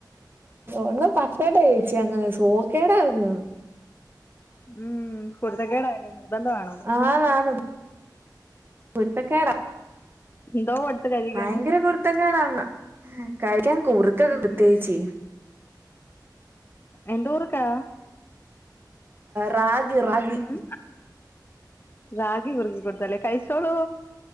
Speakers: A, on the right; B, on the left.
A: ഒന്ന് പറ്റട്ട യേച്ചി അങ് സോക്കേട അങ്
B: ഉം കുർത്ത കേടായല്ലേ നിർബന്ധമാണോ
A: ആന്ന് ആന്ന് കുരുത്തക്കേടാ
B: എന്തോ കൊടുത്ത് കഴിക്കാൻ
A: ഭയങ്കര കുരു കുർത്തകേടാങ്ങ് കഴിക്കാൻ കുറുക്കൊക്കെ
B: ഉം
A: പ്രത്ച്ചി
B: എന്തു കുർക്കാ
A: റാഗി റാഗി
B: ഉം റാഗി കുർഗി കൊടുത്തല്ലേ കയ്ച്ചോളോ